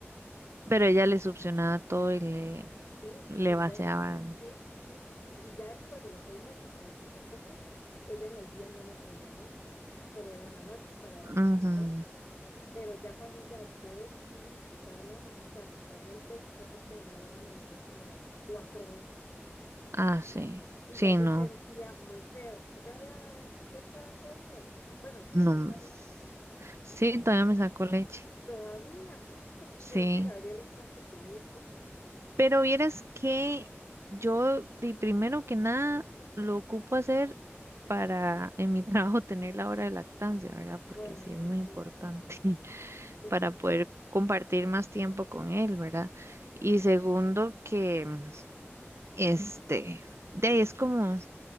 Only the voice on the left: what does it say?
Sí,
y ella,
sí, sí, sí, sí. Y ya después de los seis meses, cuando empezó a comer, ella en el día no me pedía leche, solo era en la noche y para dormirse
rápido. Pero ya cuando ya yo decidí quitarme, la ma- o sea, quitarle el pecho fue porque mi Mariana me maría la memoria como cuatro veces.
Y
ya yo
sentía muy feo. ¿Se te da el pecho a Gabriel? Bueno, se
saca leche.
Todavía.
Pero es que Gabriel está pequeñito.
Bueno,
eso
sí,
sí.